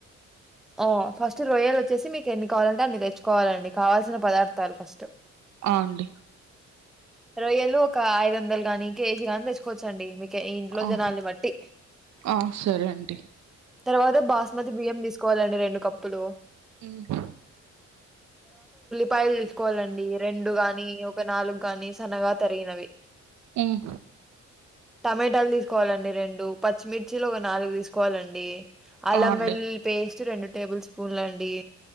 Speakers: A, in the centre; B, on the right (about 65°).
A: ఆ ఫస్ట్ రొయ్యల్ వచ్చేసి మీకు ఎన్ని దాన్ని తెచ్చుకోవాలండి కావాల్సిన పదార్థాలు ఫస్ట్
B: ఆ అండి
A: రొయ్యలు ఒక ఐదు వందలు గాని కేజీ కానీ తెచ్చుకో కోవచ్చండి మీకి ఇంట్లో జనాల్ని
B: ఆ
A: బట్టి
B: ఆ సరే అండి
A: తర్వాత బాస్మతి బియ్యం తీసుకోవాలండి రెండు కప్పులు
B: ఉమ్
A: పాయలు తీసుకోవాలండి రెండు గాని ఒక నాలుగు గాని సన్నగా తరిగినవి
B: మ్మ్
A: టమటాలు తీసుకోవాలండి రెండు పచ్చిమిర్చిలు ఒక నాలుగు తీసుకోవాలండి అల్లం
B: ఆ అండి
A: వెల్లులీ పేస్ట్ రెండు టేబుల్ స్పూన్లు అండి